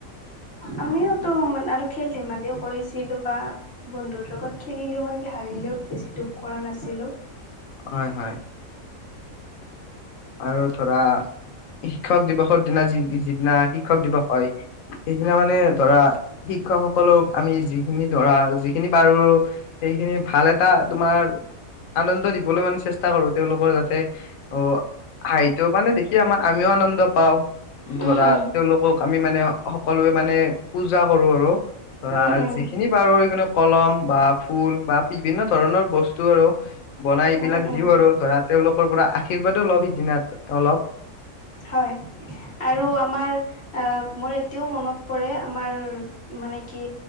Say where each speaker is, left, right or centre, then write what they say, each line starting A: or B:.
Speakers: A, on the left; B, on the left.
A: আমিওতো আৰু খেল ধেমালিও কৰিছিলো বা বন্ধুৰ লগত খেলিলেও মানে কি হাৰিলো- ৰেলেত বেছি দুখ কৰা নাছিলোঁ।
B: হয় হয়। আৰু ধৰা- শিক্ষক দিৱসৰ দিনা যি যিদিনা শিক্ষক দিৱস হয় সেইদিনা মানে ধৰা - শিক্ষকসকলক আমি যিখিনি ধৰা যিখিনি পাৰো সেইখিনি ভাল এটা তোমাৰ- আনন্দ দিবলৈ মানে চেষ্টা কৰো তেওঁলোকৰ যাতে- অ হাঁহিটো মানে দেখি আমাৰ আমিও আনন্দ পাও। ধৰা
A: উম উম
B: তেওঁলোকক আমি মানে সকলোৱে মানে- পূজা কৰো আৰু ধৰা
A: উম উম
B: যিখিনি পাৰো সিখিনি কলম বা ফুল বা বিভিন্ন- ধৰণৰ বস্তু আৰু বনাই এইবিলাক
A: উম উম
B: দিওঁ আৰু ধৰা তেওঁলোকৰ পৰা- আশীৰ্বাদো লভ সিদিনা অলপ।
A: হয় আৰু আমাৰ অঁ মোৰ এতিয়াও মনত পৰে আমাৰ- মানে কি